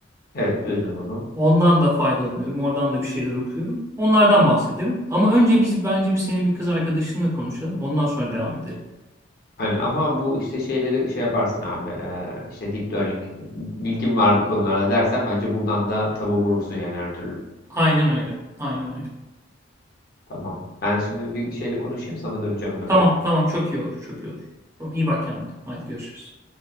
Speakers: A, on the left; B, on the right.
A: Evet duydum onu.
B: Ondan da faydalanıyorum. Oradan da bir şeyler okuyorum. Onlardan bahsederim. Ama önce biz bence bir senin bir kız arkadaşınla konuşalım. Ondan sonra devam edelim.
A: Aynen. Ama bu işte şeyleri şey yaparsın abi e, işte deep learning bilgim var bu konularda dersen bence buradan da tabu vurursun yani her türlü.
B: Aynen öyle. Aynen öyle.
A: Tamam. Ben şimdi bir şeyle konuşayım sana döneceğim ona göre.
B: Tamam, tamam. Çok iyi olur. Çok iyi olur. Tamam, iyi bak kendine. Haydi görüşürüz.